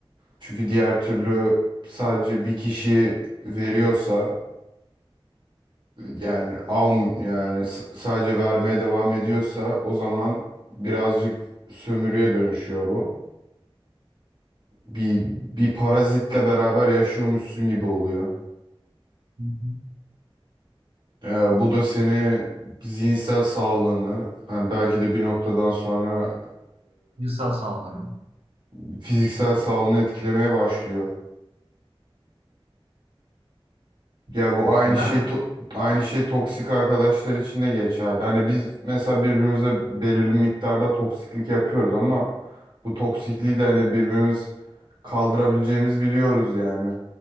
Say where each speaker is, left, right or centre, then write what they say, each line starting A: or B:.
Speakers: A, on the right (about 50°); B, on the right (about 80°).
A: Çünkü diğer türlü sadece bir kişi veriyorsa yani al yani s- sadece vermeye devam ediyorsa o zaman birazcık sömürüye dönüşüyor bu. Bir bir parazitle beraber yaşıyormuşsun gibi oluyor.
B: <laughs>
A: Ya bu da seni zihinsel sağlığını hani belki de bir noktadan sonra
B: Cinsel saldırı.
A: e, fiziksel sağlığını etkilemeye başlıyor. Ya bu aynı
B: Yani.
A: şey to- aynı şey toksik arkadaşlar için de geçerli. Hani biz mesela birbirimize belirli miktarda toksiklik yapıyoruz ama bu toksikliği de hani birbirimiz kaldırabileceğimizi biliyoruz yani.